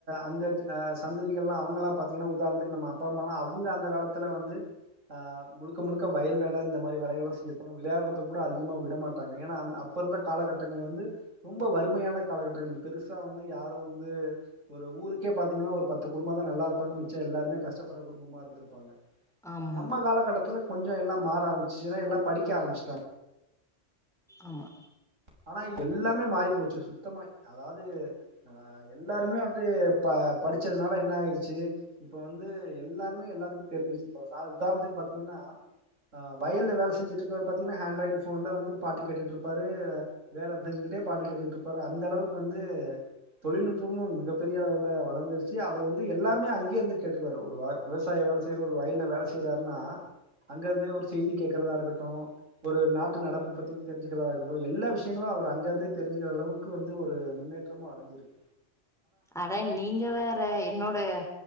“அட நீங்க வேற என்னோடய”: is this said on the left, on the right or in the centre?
Centre